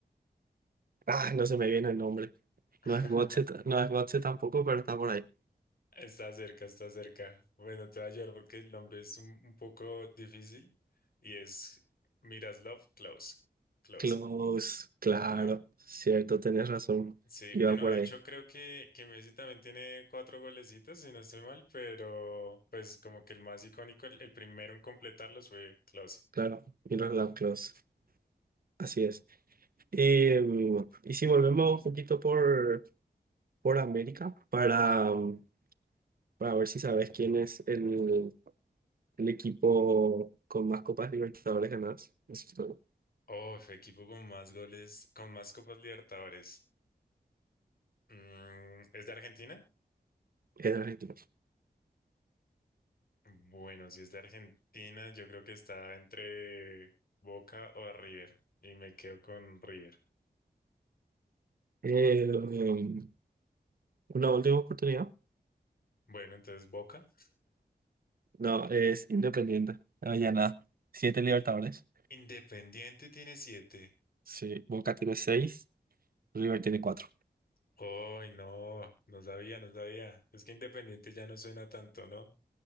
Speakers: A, on the right (about 60°); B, on the left (about 60°).
A: ah, no se me viene el nombre.
B: <laughs>
A: No es Götze, t- no es Götze tampoco, pero está por ahí.
B: Está cerca, está cerca. Bueno, te voy a ayudar porque el nombre es un, un poco difícil y es Miroslav Klose. Klose.
A: Close, claro,
B: Ajá.
A: cierto, tenés razón.
B: Sí,
A: Iba
B: bueno,
A: por
B: de
A: ahí.
B: hecho creo que, que Messi también tiene cuatro golecitos, si no estoy mal, pero pues como que el más icónico, el, el primero en completarlos fue Klose.
A: Claro, Miller Lovelock, así es. Y, mm, y si volvemos un poquito por, por América para, mm, para ver si sabes quién es el, el equipo con más Copas Libertadores ganadas. Es todo.
B: Oh, fue equipo con más goles, con más Copas Libertadores. Mm, ¿es de Argentina?
A: Es de Argentina.
B: Bueno, si es de Argentina, yo creo que está entre Boca o River. Y me quedo con River.
A: Eh, mm, una última oportunidad.
B: Bueno, entonces Boca.
A: No, es Independiente. No, ya nada. Siete Libertadores.
B: In- Independiente tiene siete.
A: Sí, Boca tiene seis, River tiene cuatro.
B: Ay, no, no sabía, no sabía. Es que Independiente ya no suena tanto, ¿no?